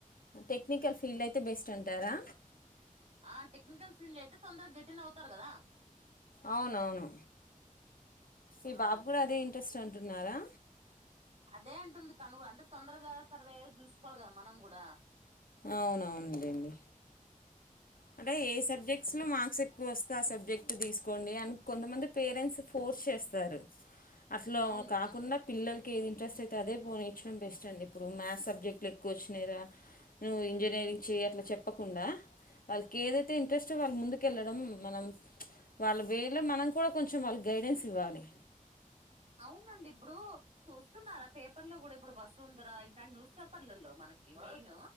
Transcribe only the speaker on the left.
టెక్నికల్ ఫీల్డ్ అయితే బెస్ట్ అంటారా
అవునవును మీ
బాబు కూడా అదే ఏంటి స్టంటున్నారా
అవునవునందండి అంటే ఏ సబ్జెక్ట్స్లో మార్క్స్ ఎక్కువ వస్తే ఆ సబ్జెక్ట్ తీసుకోండి అని కొంతమంది పేరెంట్స్ ఫోర్స్ చేస్తారు అట్లా
కాకుండా పిల్ల ఏది ఇంట్రెస్ట్ అయితే అదే పోనిర్డం బెస్ అండి ఇప్పుడు మ్యాథ్ సబ్జెక్ట్లు ఎక్కువచ్చినాయిరా నువ్వు ఇంజనీరింగ్ చే అట్లా చెప్పకుండా వాళ్ళకి ఏదైతే ఇంట్రెస్టో వాళ్ళ ముందుకు వెళ్ళడం మనం చ్ వాళ్ళ వేలో మనం కూడా కొంచెం వాళ్ళకి గైడెన్స్ ఇవ్వాలి